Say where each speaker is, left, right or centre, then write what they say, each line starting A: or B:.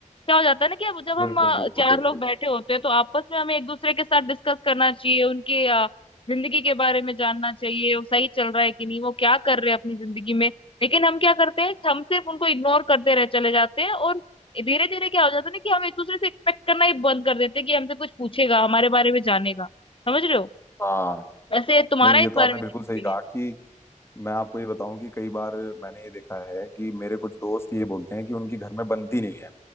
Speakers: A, on the left; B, on the left.
A: क्या हो जाता है ना कि अब जब हम
B: बिल्कुल
A: अ,
B: बिल्कुल
A: चार
B: बिल्कुल
A: लोग बैठे होते हैं तो आपस में हमें एक दूसरे के साथ डिस्कस करना चाहिए उनके अ, जिंदगी के बारे में जानना चाहिए वो सही चल रहा है कि नहीं वो क्या कर रहे हैं अपनी जिंदगी में लेकिन हम क्या करते हैं हम सिर्फ उनको इग्नोर करते रह चले जाते हैं और धीरे धीरे क्या हो जाता है ना कि हम एक दूसरे से एक्सपेक्ट करना ही बंद कर देते हैं कि हमसे कुछ पूछेगा हमारे बारे में जानेगा समझ रहे हो
B: हाँ
A: वैसे तुम्हारा
B: नहीं
A: इस
B: ये तो
A: बारे
B: आपने
A: में
B: बिल्कुल
A: क्या
B: सही
A: ओपिनियन
B: कहा
A: है
B: कि मैं आपको ये बताऊं कि कई बार मैंने ये देखा है कि मेरे कुछ दोस्त ये बोलते हैं कि उनकी घर में बनती नहीं है